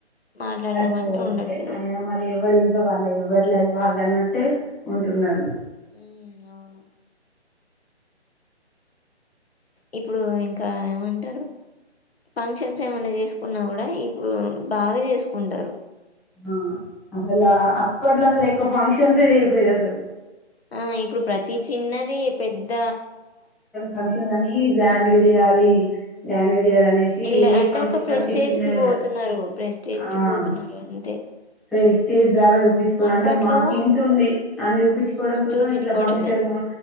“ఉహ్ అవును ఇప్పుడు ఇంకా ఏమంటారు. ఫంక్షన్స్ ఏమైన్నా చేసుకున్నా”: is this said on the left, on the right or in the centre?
Left